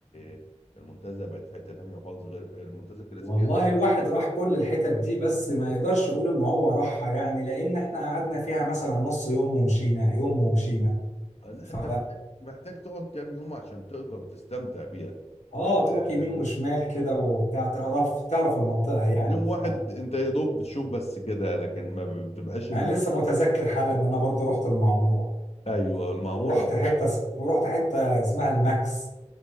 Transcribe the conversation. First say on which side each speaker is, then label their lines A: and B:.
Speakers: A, on the left; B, on the left.
A: آه، المنتزه بقت في حته تانيه خالص غير المنتزه الكلاسيكيه
B: والله
A: طبعا
B: الواحد راح كل الحتت دي بس ما يقدرش يقول ان هو راحها يعني لان احنا قعدنا فيها مثلا نص يوم ومشينا يوم ومشينا
A: آه، لا
B: ف
A: انت محتاج محتاج تقعد كام يوم عشان تقدر تستمتع بيها
B: اه تروح
A: آه،
B: يمين وشمال كده وبتاع تعرف
A: طيب،
B: تعرف المنطقة يعني
A: يوم واحد
B: ف
A: انت يا دوب بتشوف بس كده لكن ما بتبقاش
B: انا لسه متذكر حالا ان انا برضو رحت المعمورة
A: ايوه المعموره
B: ورحت حتة اس- ورحت حتة اسمها الماكس